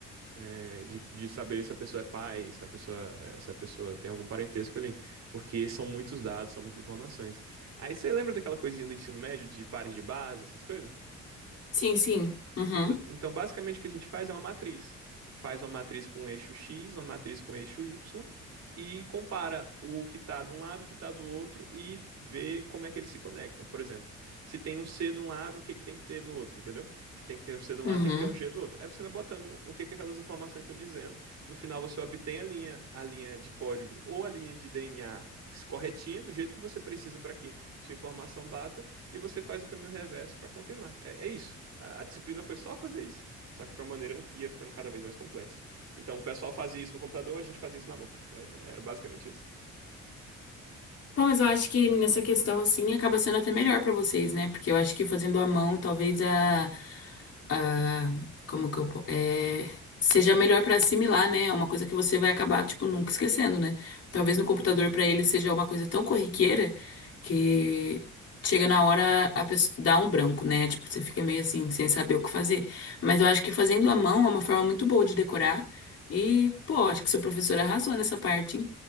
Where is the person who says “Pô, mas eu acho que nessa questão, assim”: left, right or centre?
Left